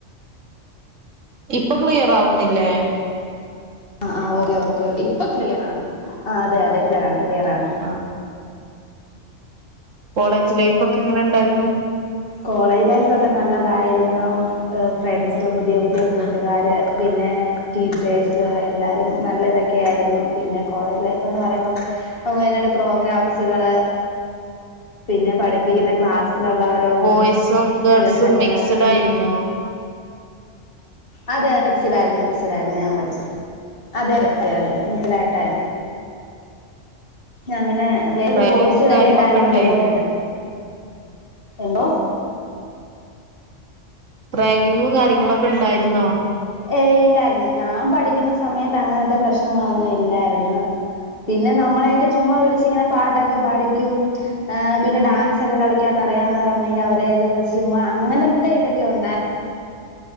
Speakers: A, on the right; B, on the left.
A: ഇപ്പൊ ക്ലിയയറാവുന്നില്ലേ
B: ആ ആ ഓെ ഓക്കെ ഇപ്പൊ ക്ലിയർ ആണ ആ അതെ അതെ ക്ലിയർ ആാണ് ക്ലിയർ ആാണ്
A: ആഹ് കോളേജ് ലൈഫ് ഒക്കെ എങ്ങനെ ഉണ്ടായിരുന്നു
B: കോളേജ് ലൈഫ് ഒക്കെ നല്ലതായിരുന്നു ഫ്രണ്ട്സ് പുതിയ പുതിയ കൂട്ടുകാാര് പിന്നെ ടീച്ചേഴ്സ് എല്ലാരും നല്ല ഇതൊക്കെയ ആായിരുന്നു പിന്നെ കോളേജ് ലൈഫ് ന്ന് പറയുമ്പോ നട് പ്രോഗ്രാംസുകള് പിന്നെ പഠിപ്പിക്കുന്ന ക്ലാസ്സിലുള്ള ഓരോ
A: ബോയ്സും ഗേൾസും
B: രസങ്ങള്
A: മിക്സ്ഡ്
B: ഉം
A: ആയിുന്നോ
B: അതെ അതെ മിക്സിഡൈരുന്നൂ മിക്സിഡൈരുന്നൂ ഞാൻ പഠിച്ചത് അതെ അതെ അതെ അതെ ഡായിട്ടായിരുന്നൂ ഞാ പിന്നെ വേറൊരു
A: റാഗിങ്
B: കോഴ്സ് കഴിഞ്ഞിട്ടായിരുന്നു
A: കാര്യങ്ങളൊക്കെ ഉണ്ടായിരുന്നോ
B: പോയത് എന്തോ
A: റാഗിങ്ങും കാര്യങ്ങളൊക്കെ ഉണ്ടായിരുന്നോ
B: ഏ ഇല്ലായിരുന്നു ഞാൻ പഠിക്കുന്ന സമയത്ത് അങ്ങനത്തെ പ്രശ്നങ്ങളൊന്നും ഇല്ലായിരുന്നു പിന്നെ നമ്മളെ ചുമ്മ വിളിച്ചിങ്ങനെ പാട്ട് - പാഠിക്കും ഏഹ് പിന്നെ ഡാൻസ ഒക്കെ കളിക്കാൻ അറിയാവുന്നവരുണ്ടെങ്കിൽ അവരെയൊക്കെ വിളിച്ചു ചുമ്മ അങ്ങനത്തെ ഇതൊക്കെ ഉണ്ടായി